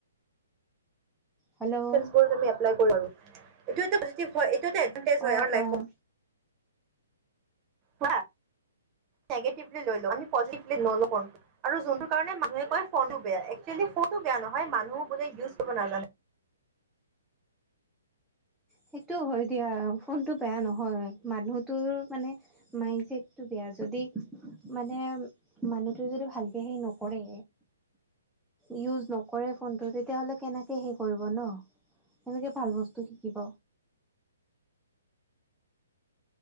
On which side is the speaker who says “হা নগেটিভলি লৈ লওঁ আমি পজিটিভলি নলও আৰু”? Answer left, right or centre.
Right